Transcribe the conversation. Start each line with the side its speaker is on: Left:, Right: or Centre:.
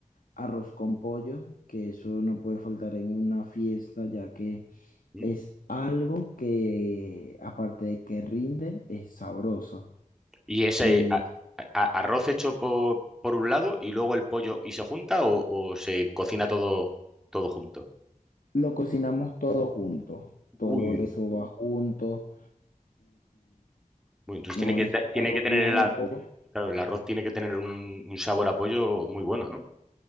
Left: arroz con pollo, que eso no puede faltar en una fiesta, ya que
Centre: mm.
Left: es algo que, aparte de que rinde, es sabroso.
Centre: Y ese
Left: Eh,
Centre: a- a- arroz hecho por, por un lado y luego el pollo y se junta o, o se cocina todo, todo junto.
Left: lo cocinamos todo juntos, todo
Centre: Uy,
Left: eso va junto,
Centre: uy, entonces
Left: no
Centre: tiene que,
Left: es
Centre: te- tiene
Left: arroz
Centre: que tener
Left: blanco.
Centre: el, ar- Claro, el arroz tiene que tener un, un sabor a pollo muy bueno, ¿no?